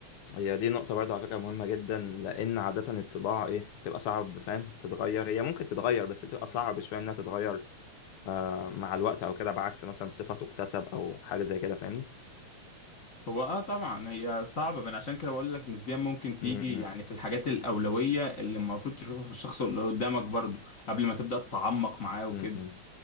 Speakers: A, on the left; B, on the left.
A: هي دي نقطة برضو على فكرة مهمة جدا لان عادة الطباع ايه بتبقى صعب فاهم تتغير هي ممكن تتغير بس بتبقى صعب شوية انها تتغير آه، مع الوقت او كده بعكس مثلا صفة تكتسب او حاجة زي كده فاهمني
B: هو اه طبعا هي صعبة من عشان كده بقول لك نسبيا ممكن تيجي
A: امم امم،
B: يعني في الحاجات الأولوية اللي المفروض تشوفها في الشخص اللي قدامك برضو قبل ما تبدأ تتعمق معاه وكده
A: امم، امم.